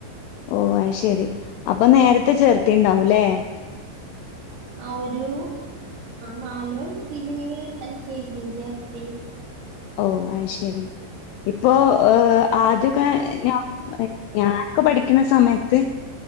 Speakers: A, on the left; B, on the right.
A: ഓഹ് ആയ്ശരി അപ്പം നേരത്തെ ചേർത്തിണ്ടാവു ല്ലേ.
B: ആഹ് ഒരു നാല് വയസ്സില് എൽ കെ ജി ചേർത്തി.
A: ഓഹ് അയ്ശരി ഇപ്പോ ആദ്യക്കെ ഞ ഞാന് ഞ ക്ക പഠിക്ക്ണ സമയത്ത്.